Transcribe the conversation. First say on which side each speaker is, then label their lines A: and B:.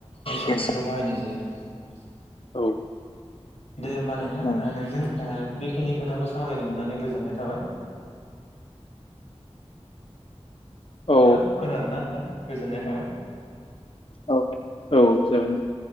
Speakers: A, on the left; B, on the left.
A: मेसें
B: मेचिन
A: बोथोराव बाहायनाय जायो आरो
B: औ
A: दे होमबा नोंथां
B: उम
A: ओ नोंजों ओ बेखिनि खोथाखौ सावरायनो मोननानै गोजोननाय थाबाय
B: औ
A: हेलौ खोनादों ना नोंथां गोजोननाय थाबाय
B: औ औ जागोन दे